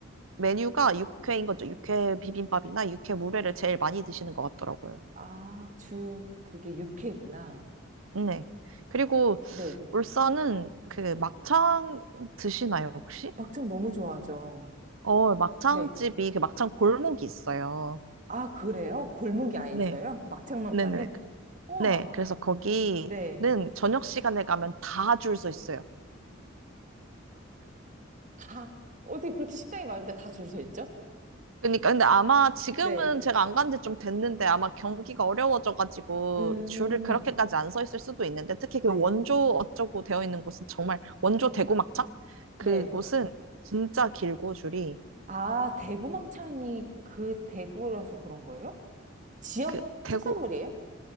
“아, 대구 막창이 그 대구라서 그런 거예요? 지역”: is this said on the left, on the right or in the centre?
Right